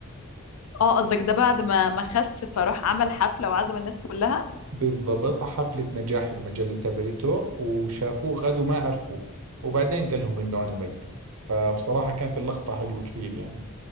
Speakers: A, on the left; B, on the right.
A: اه قصدك ده بعد ما ما خس فراح عمل حفلة وعزم الناس كلها
B: بالضبط على حفلة نجاح المجلة تبعته وشافوه غد وما عرفوه وبعدين قال لهم انه انا مجدي فبصراحة كانت اللقطة حلوة كثير يعني